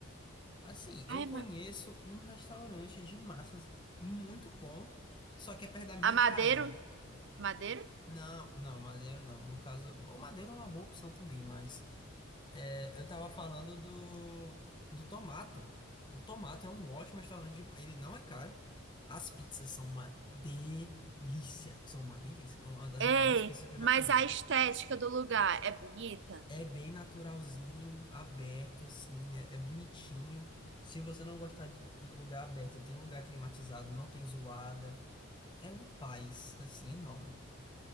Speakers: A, on the left (about 20°); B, on the right (about 55°).
A: Assim,
B: Ai,
A: eu conheço
B: ma-
A: um restaurante de massas muito bom, só que é perto da minha
B: a Madeiro?
A: casa.
B: Madeiro?
A: Não, não, Madeira não. No caso, o Madeira é uma boa opção também, mas É, eu tava falando do, do Tomato. O Tomato é um ótimo restaurante. de- Ele não é caro. As pizzas são uma delícia. São uma delícia. É Uma das
B: Ei,
A: melhores pizzas que eu
B: mas
A: já comi.
B: a estética do lugar é bonita?
A: É bem naturalzinho, aberto, assim. É, é bonitinho. Se você não gostar de, do lugar aberto, tem um lugar climatizado, não tem zoada. É uma paz, assim, enorme.